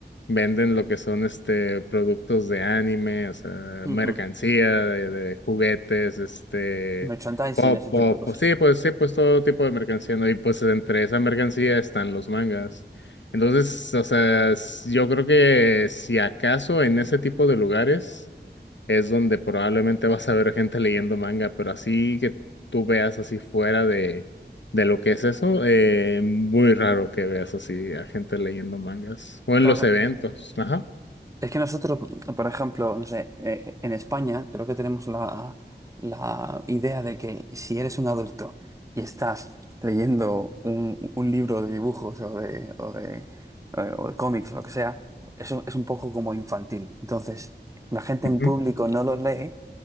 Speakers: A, on the left; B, on the right.
A: venden lo que son, este, productos de anime, o sea,
B: Ujú.
A: mercancía, de, de juguetes, este,
B: Merchandising,
A: pop,
B: ese
A: pop,
B: tipo de cosas.
A: pues sí, pues sí, pues todo tipo de mercancía, ¿no? Y pues entre esa mercancía están los mangas. Entonces, o sea, s- yo creo que si acaso en ese tipo de lugares es donde probablemente vas a ver gente leyendo manga, pero así que tú veas así fuera de, de lo que es eso, eh, muy raro que veas así a gente leyendo mangas o en
B: Claro,
A: los eventos. Ajá.
B: Es que nosotros, por ejemplo, no sé, eh, en España creo que tenemos la, la idea de que si eres un adulto y estás leyendo un, un libro de dibujos o de, o de, eh, o de cómics o lo que sea, eso es un poco como infantil. Entonces, la gente en
A: Ujú,
B: público no lo lee